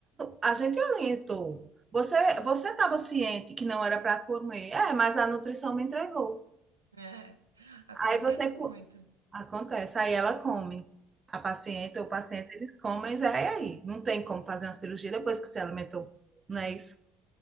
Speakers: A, on the right; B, on the right.
A: a gente orientou. Você, você estava ciente que não era para comer. É, mas a nutrição me entregou.
B: É, acontece
A: Aí você co-
B: muito.
A: acontece, aí ela come. A paciente ou o paciente, eles comem, mas é aí. Não tem como fazer uma cirurgia depois que se alimentou, não é isso?